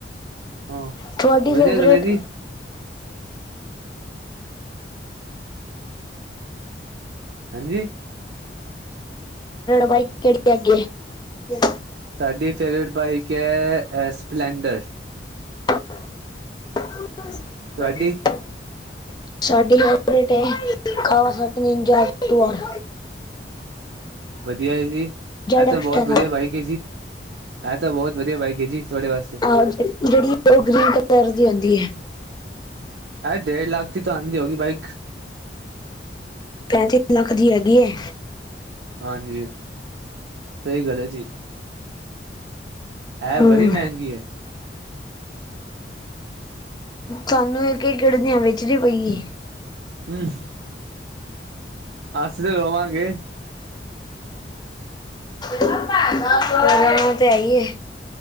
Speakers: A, on the right (about 65°); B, on the left (about 25°).
A: ਹਾਂ
B: ਤੁਹਾਡੀ
A: ਵਧੀਆ
B: ਫੇਵਰੇਟ
A: ਗੱਲ ਹੈ ਜੀ ਹਾਂਜੀ।
B: ਬਾਈਕ ਕੇੜੀ ਹੈਗੀ ਏ?
A: ਸਾਡੀ ਫੇਵਰੇਟ ਬਾਈਕ ਐ ਸਪਲੈਂਡਰ।
B: <unintelligible>
A: ਤੁਹਾਡੀ
B: ਸਾਡੀ ਫੇਵਰੇਟ ਏ, ਕਾਵਾਸਾਕੀ ਨਿਜੋਏ ਟੂ ਆਰ।
A: ਵਧੀਆ ਐ ਜੀ, ਐ ਤੇ
B: ਐਕਸਟਾ
A: ਬਹੁਤ
B: ਦਾ
A: ਵਧੀਆ ਬਾਈਕ ਏ ਜੀ। ਐ ਤੇ ਬਹੁਤ ਵਧੀਆ ਬਾਈਕ ਏ ਜੀ ਤੁਹਾਡੇ ਵਾਸਤੇ।
B: ਹਾਂਜੀ ਜਿਹੜੀ ਉਹ ਗ੍ਰੀਨ ਕਲਰ ਦੀ ਹੁੰਦੀ ਹੈ।
A: ਇਹ ਡੇਢ ਲੱਖ ਦੀ ਤਾਂ ਆਉਂਦੀ ਹੋਗੀ ਬਾਈਕ
B: ਪੈਂਤੀ ਲੱਖ ਦੀ ਹੈਗੀ ਏ।
A: ਹਾਂਜੀ, ਸਹੀ ਗੱਲ ਹੈ ਜੀ। ਇਹ
B: ਹੂੰ
A: ਬੜੀ ਮਹਿੰਗੀ ਹੈ
B: ਸਾਨੂੰ ਇਹ ਕਿ ਕਿੜਨਿਆਂ ਵੇਚਣੀ ਪਈ ਏ।
A: ਹੂੰ ਅਸੀਂ ਤੇ ਰੋਵਾਂਗੇ।
B: ਰੋਣਾ ਤੇ ਹੈ ਈ ਏ।